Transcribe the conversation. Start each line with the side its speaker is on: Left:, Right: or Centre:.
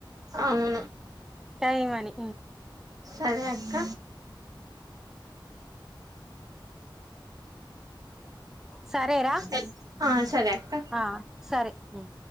Right: అవును
Centre: టైం అని
Right: సరే అక్క
Centre: సరేరా
Right: అ ఆ సరే అక్క
Centre: ఆ సరే ఉమ్